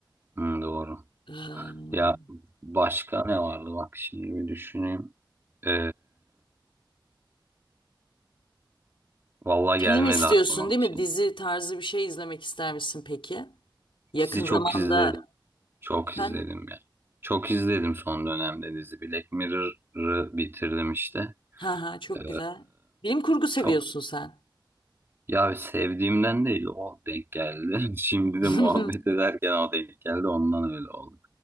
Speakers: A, on the right (about 30°); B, on the left (about 90°).
A: Hı, doğru.
B: Ee,
A: Ya başka ne vardı bak şimdi bir düşüneyim. Ee, vallahi
B: Film
A: gelmedi
B: istiyorsun
A: aklıma
B: değil
A: bir
B: mi?
A: şey.
B: Dizi tarzı bir şey izlemek ister misin peki? Yakın
A: Dizi
B: zamanda
A: çok izledim. Çok
B: efendim?
A: izledim ya. Çok izledim son dönemde dizi. Black Mirror'ı bitirdim işte.
B: Ha ha çok
A: Ee,
B: güzel. Bilim kurgu seviyorsun
A: çok
B: sen.
A: ya sevdiğimden değil o denk geldi. <laughs> Şimdi
B: <laughs>
A: de muhabbet ederken o denk geldi ondan öyle oldu.